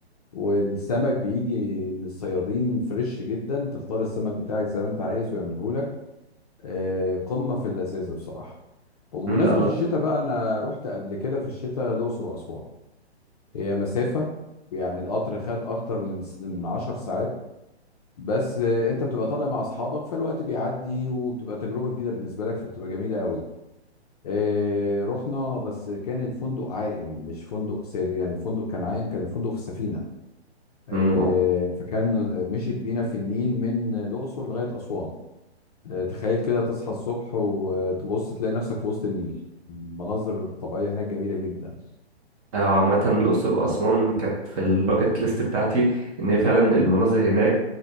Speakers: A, on the left; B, on the right.
A: والسمك بيجي من الصيادين فريش جدا تختار السمك بتاعك زي ما انت عايز ويعمله لك آه، قمة في اللذاذة بصراحة وبمناسبة
B: مم، لا لا
A: الشتاء بقى انا رحت قبل كده في الشتاء الاقصر واسوان هي مسافة ويعني القطر خد أكتر من س- من 10 ساعات بس آه، أنت بتبقى طالع مع أصحابك فالوقت بيعدي وبتبقى تجربة جديدة بالنسبة لك فبتبقى جميلة قوي آه، رحنا بس كان الفندق عائم مش فندق سابق يعني الفندق كان عائم كان الفندق في السفينة آه،
B: مم.
A: فكان مشيت بينا في النيل من الأقصر لغاية أسوان آه، تخيل كده تصحى الصبح وتبص تلاقي نفسك في وسط النيل المناظر الطبيعية هناك جميلة جدا
B: آه، وعامة الأقصر وأسوان كانت في الباكت ليست بتاعتي إن هي فعلا المناظر هناك